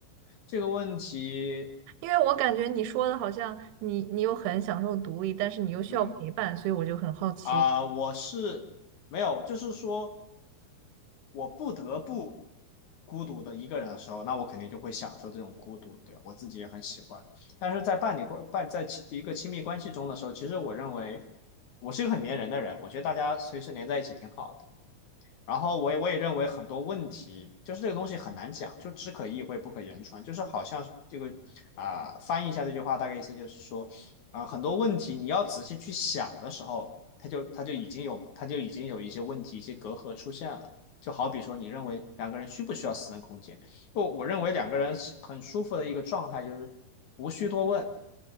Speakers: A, on the left; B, on the right.
A: 这个问题，
B: 因为我感觉你说的好像你你又很享受独立，但是你又需要陪伴，
A: 嗯
B: 所以我就很好奇，
A: 啊，我是没有，就是说我不得不孤独的一个人的时候，那我肯定就会享受这种孤独，对，我自己也很喜欢。但是在伴侣关伴在亲一个亲密关系中的时候，其实我认为我是一个很粘人的人，我觉得大家随时粘在一起挺好的。然后我也我也认为很多问题就是这个东西很难讲，就只可意会不可言传，就是好像这个啊、呃翻译一下这句话大概意思就是说啊、呃很多问题你要仔细去想的时候，它就它就已经有它就已经有一些问题一些隔阂出现了。就好比说，你认为两个人需不需要私人空间？我我认为两个人很舒服的一个状态就是无需多问，